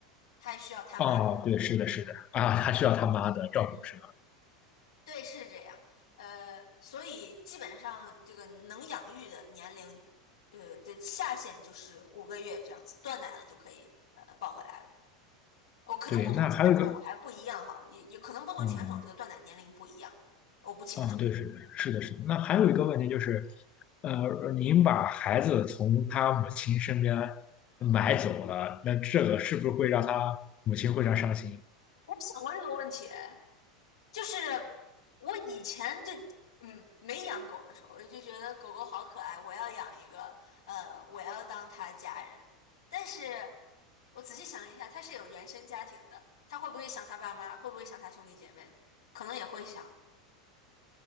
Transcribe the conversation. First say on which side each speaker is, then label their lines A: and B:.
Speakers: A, on the left; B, on the left.
A: 它还需要它妈。
B: 哦，对，是的，是的，啊，还需要他妈的照顾是吧？
A: 对，嗯，对，是这样。呃，所以基本上这个能养育的年龄，呃的下限就是五个月这样子，断奶了就可以呃抱回来了。哦，可能不同犬种还不一样哈，
B: 对，那还有一个，
A: 也也可能不同犬种这个断奶年龄不一样，
B: 嗯
A: 我不清楚。
B: 啊，对，是是的，是的。那还有一个问题就是，呃，您把孩子从他母亲身边买走了，那这个是不是会让他母亲非常伤心？
A: 我想过这个问题。哎就是我以前就嗯没养狗的时候，我就觉得狗狗好可爱，我要养一个，呃，我要当它家人。但是我仔细想了一下，它是有原生家庭的，它会不会想它爸妈？会不会想它兄弟姐妹？可能也会想，